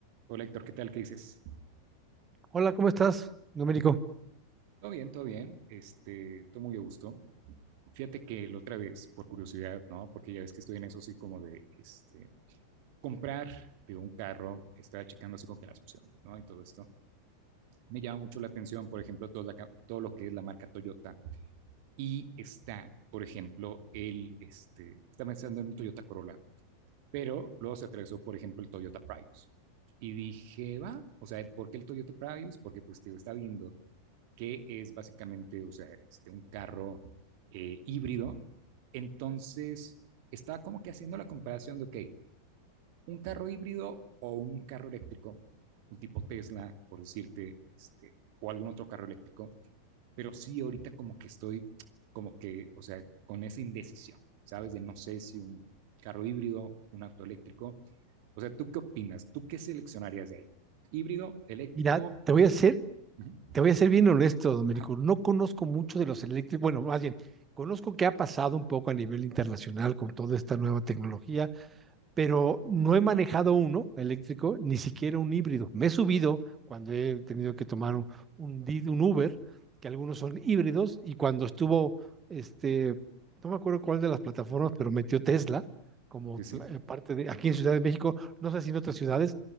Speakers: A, on the right; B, on the right.
A: Hola Héctor, ¿qué tal? ¿Qué dices?
B: Hola, ¿cómo estás, Domenico?
A: Todo bien, todo bien. Este, todo muy a gusto. Fíjate que la otra vez, por curiosidad, ¿no? Porque ya ves que estoy en eso así como de, este, comprar de un carro, estaba checando así como que las opciones, ¿no? Y todo esto. Me llama mucho la atención, por ejemplo, todo, la ca- todo lo que es la marca Toyota. Y está, por ejemplo, el, este, estaba pensando en un Toyota Corolla, pero luego se atravesó, por ejemplo, el Toyota Prius. Y dije, va, o sea, ¿por qué el Toyota Prius? Porque pues te digo, está viendo que es básicamente, o sea, este, un carro eh, híbrido. Entonces, estaba como que haciendo la comparación de, ok, un carro híbrido o un carro eléctrico, un tipo Tesla, por decirte, este, o algún otro carro eléctrico, pero sí ahorita como que estoy como que, o sea, con esa indecisión, ¿sabes? De no sé si un carro híbrido, un auto eléctrico. O sea, ¿tú qué opinas? ¿Tú qué seleccionarías de ahí? ¿Híbrido, eléctrico?
B: Mira, te
A: Ajá.
B: voy a ser,
A: Ajá.
B: te voy a ser bien honesto, Domenico.
A: ajá.
B: No conozco mucho de los eléctricos. Bueno, más bien, conozco qué ha pasado un poco a nivel internacional con toda esta nueva tecnología pero no he manejado uno eléctrico, ni siquiera un híbrido. Me he subido cuando he tenido que tomar un, un Didi- un Uber, que algunos son híbridos, y cuando estuvo, este, no me acuerdo cuál de las plataformas, pero metió Tesla como
A: Sí,
B: pla-
A: sí.
B: eh, parte de, aquí en Ciudad de México, no sé si en otras ciudades,